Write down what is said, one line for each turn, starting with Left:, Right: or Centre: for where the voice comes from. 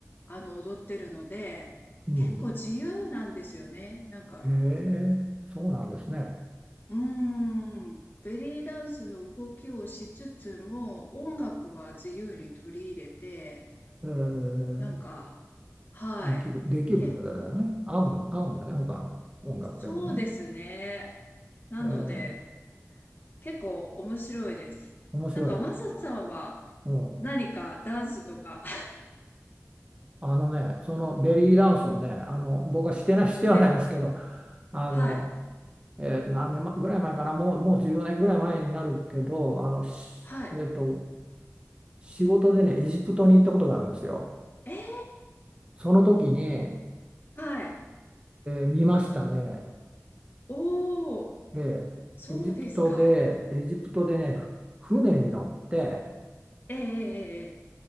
Left: あの踊ってるので、
Right: うん。
Left: 結構自由なんですよね。なんか
Right: へえ、そうなんですね。
Left: うーん、ベリーダンスの動きをしつつも、音楽は自由に取り入れて、
Right: ええ、
Left: なんか、はい、
Right: できる、できるんだよね。
Left: 結構、
Right: 合うん、合うんだね、他の音楽でもね。
Left: そうですね。なので、
Right: え
Left: 結構面白いです。
Right: え、面白い。
Left: なんか、マサさんは
Right: うん。
Left: 何かダンスとか、
Right: あのね、そのベリーダンスをね、あの、僕はしてない、してはないですけど、
Left: <laughs> え、
Right: あの、
Left: はい、
Right: えー何年まぐらい前かな、もう、もう10年ぐらい前になるけど、あの、しえっと、
Left: はい、
Right: 仕事でね、エジプトに行ったことがあるんですよ。
Left: えー、
Right: その時に、え
Left: はい、
Right: ー見ましたね。
Left: おー、
Right: ええエジプトで、
Left: そうですか。
Right: エジプトでね、ふ船に乗って、
Left: ええええええ